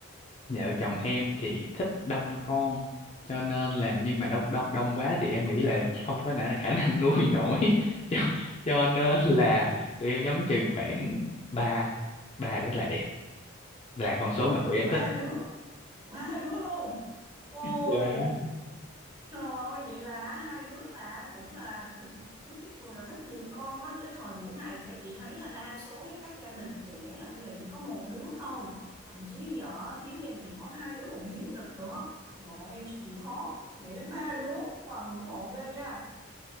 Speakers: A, on the left; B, on the right.
A: vợ chồng em thì thích đông con cho nên là nhưng mà đông đông đông quá thì em nghĩ là không có nả- khả năng nuôi nổi <laughs> cho, cho nên là tụi em nhắm chừng khoảng ba ba đứa là đẹp là con số
B: ui
A: mà tụi em
B: ba
A: thích
B: đứa ba đứa luôn ôi
A: Dạ.
B: Trời ơi, vậy là hai đứa là cũng là thuộc thuộc tiếp người là thích nhiều con đó chứ thời buổi này á, chị thấy là đa số là các gia đình trẻ là bây giờ chỉ có một đứa thôi thậm chí giờ kiếm gia đình có hai đứa còn hiếm nữa bọn em chịu khó để đến ba đứa wow ngưỡng mộ ghê nha